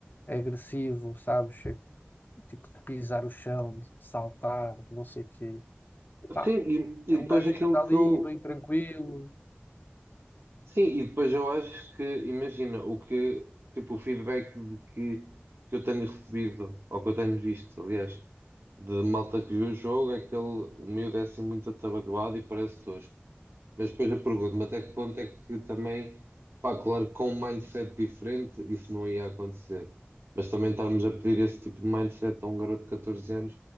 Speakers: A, on the left (about 50°); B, on the right (about 75°).
A: agressivo, sabes? tipo de pisar o chão, de saltar, não sei o quê. Epá,
B: Sim, e,
A: é
B: e
A: um
B: depois
A: gajo
B: aquilo
A: que anda ali,
B: que eu,
A: bem tranquilo.
B: Sim, e depois eu acho que, imagina, o que, tipo, o feedback de que, que eu tenho recebido, ou que eu tenho visto, aliás, de malta que viu o jogo, é que ele, o miúdo é assim muito atabalhoado e parece tosco. Mas depois eu pergunto-me até que ponto é que também, pá, claro, que com um mindset diferente isso não ia acontecer. Mas também estarmos a pedir esse tipo de mindset a um garoto de 14 anos